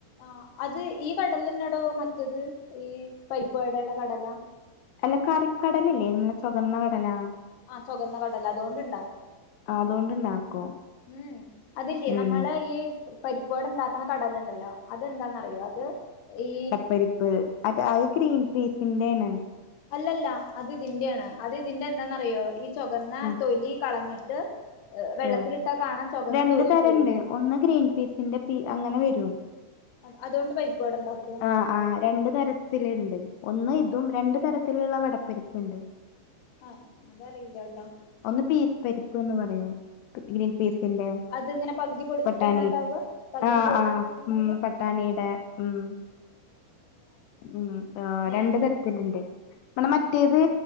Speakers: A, on the left (about 70°); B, on the left (about 80°).
A: ആഹ് അത് ഈ കടലന്നെടോ മറ്റത് ഈ പരിപ്പു വടയുടെ കടലാ
B: അല്ല കറിക്കടല ഇല്ലേ നമ്മളെ ചൊകന്ന കടലാ
A: ആഹ് ചൊകന്ന കടല അതോണ്ട് ഇണ്ടാക്കും
B: അതോണ്ട്ണ്ടാക്കും
A: ഉം അതില്ലേ
B: ഉം
A: നമ്മളെ ഈ പരിപ്പ് വടണ്ടാക്കണ കടലണ്ടല്ലോ അതെന്താന്നറിയോ അത് ഈ
B: പരിപ്പ് അത് അഅ് ഗ്രീൻ പീസിന്റെണ്
A: അല്ലല്ല അത് ഇതിന്റെണ് അത് ഇതിന്റെ എന്താന്നറിയോ ഈ ചൊകന്ന
B: ആഹ്
A: തൊലി കളഞ്ഞിട്ട് വെള്ളത്തിലിട്ടാ
B: ഏഹ്
A: കാണാ ചൊകന്ന
B: രണ്ട്
A: തൊലി
B: തരണ്ട്
A: പോവും
B: ഒന്ന് ഗ്രീൻ പീസിന്റെ പി അങ്ങനെ വരും
A: പോവും അതുകൊണ്ട് പരിപ്പുവട ഉണ്ടാക്കും
B: ആഹ് ആഹ് രണ്ട് തരത്തില്ണ്ട് ഒന്ന് ഇതും
A: ഏ
B: രണ്ടു തരത്തി ത്തിലുള്ള വടപ്പരിപ്പ് ഉണ്ട്
A: ആഹ അതറിയില്ലാട്ടാ
B: ഒന്ന് പീസ് പരിപ്പ്ന്ന് പറയും ഗ്രീൻ പീസിന്റെ
A: അത്ങ്ങനെ പകുതി പൊളിച്ചിട്ടെന്നെ
B: ബട്ടാണി
A: ഇണ്ടാവ പകുതി
B: ആഹ്
A: പൊളിച്ചിട്ടെന്ന
B: ആഹ്
A: ഇണ്ടാവ
B: ഉം പട്ടാണിയുടെ ഉം ഉം ആഹ്
A: ഞാൻ
B: രണ്ടു തരത്തിലുണ്ട് മ്മളെ
A: ഉം
B: മറ്റേത്